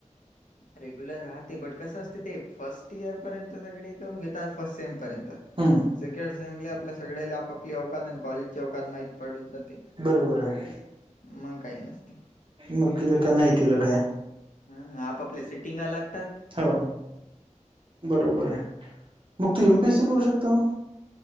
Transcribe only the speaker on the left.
रेग्युलर राहते बट कसं असते ते फर्स्ट इयर पर्यंत सगळे करून घेतात फर्स्ट सेम पर्यंत
सेकंड सेमला आपल्या सगळ्याला आपापली अवकात कॉलेजची अवकात माहीत पडून जाते,
मग काही नसते.
हा आपापल्या सेटिंग आला तर